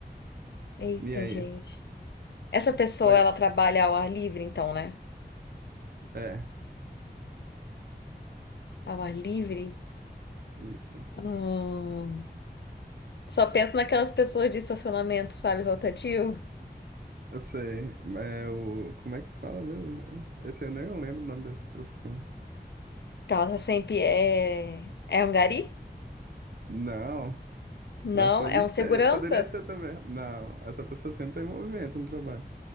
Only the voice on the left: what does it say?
Eita,
gente. Essa pessoa,
ela trabalha ao ar livre, então, né?
Ao ar livre?
Hum, Só penso naquelas pessoas de estacionamento, sabe, rotativo.
Que ela tá sempre é... É um gari?
Não,
é um
segurança?